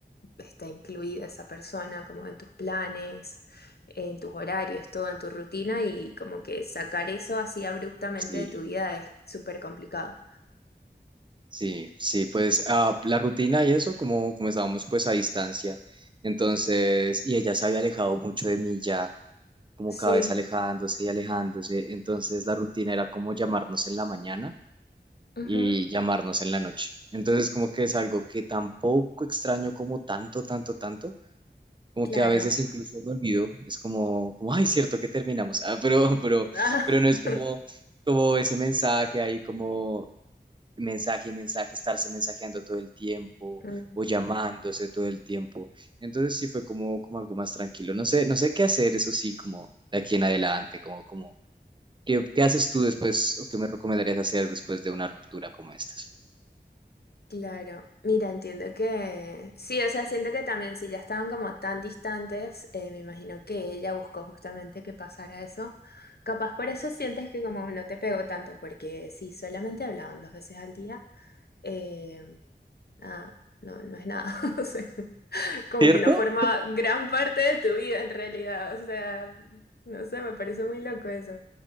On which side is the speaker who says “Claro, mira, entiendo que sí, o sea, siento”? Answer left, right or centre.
Left